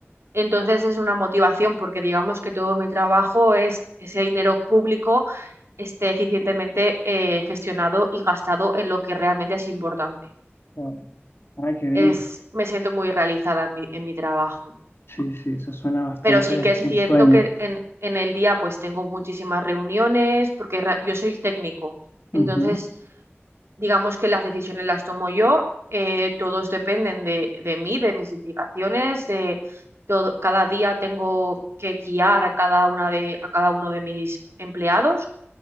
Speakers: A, on the right; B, on the left.
A: Entonces es una motivación porque digamos que todo mi trabajo es ese dinero público esté eficientemente eh, gestionado y gastado en lo que realmente es importante
B: Wow. Ay, qué bien.
A: es, me siento muy realizada en mi, en mi trabajo.
B: Sí, sí, eso suena bastante
A: Pero sí que es
B: un
A: cierto
B: sueño.
A: que en, en el día pues tengo muchísimas reuniones porque ra- yo soy el técnico.
B: Ujú.
A: Entonces, digamos que las decisiones las tomo yo, eh, todos dependen de, de mí, de mis indicaciones, de todo, cada día tengo que guiar a cada una de, a cada uno de mis empleados